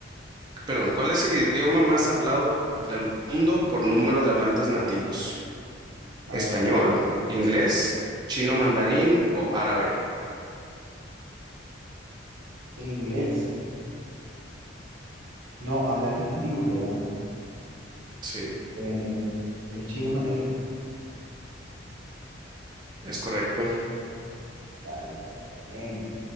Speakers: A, on the right; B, on the right.
A: perdón, cuál es el idioma más hablado del mundo por número de hablantes nativos?
B: A
A: ¿Español,
B: ver,
A: inglés, chino mandarín o árabe?
B: el inglés. No, hablantes nativos, ¿verdad?
A: Sí.
B: Eh, el chino mandarín.
A: Es correcto.
B: Dale, dale. Bien.